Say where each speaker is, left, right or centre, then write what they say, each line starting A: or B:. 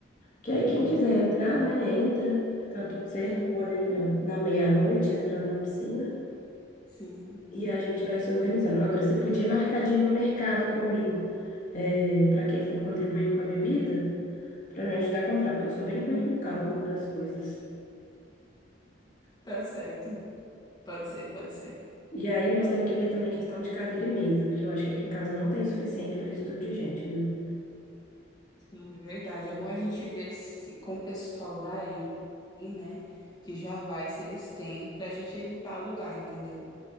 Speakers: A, on the left; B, on the left.
A: Que aí quem quiser
B: Sim.
A: entrar, né? Entra. Tá tudo certo.
B: uhum,
A: Bora ali na, na meia-noite, entrando na piscina.
B: Sim.
A: E a gente vai se organizando. Agora, você podia marcar de ir no mercado comigo, para quem for contribuir com a bebida, para me ajudar a comprar, porque eu sou bem ruim
B: Uhum.
A: com o cálculo das coisas.
B: Tá certo. Pode ser, pode ser.
A: E aí nós temos que ver também questão de cadeira e mesa, porque eu acho que aqui em casa não tem suficiente para esse tudo de gente, viu?
B: Sim, verdade. É bom a gente ver se com o pessoal daí, né, que já vai, se eles têm, pra gente evitar alugar, entendeu?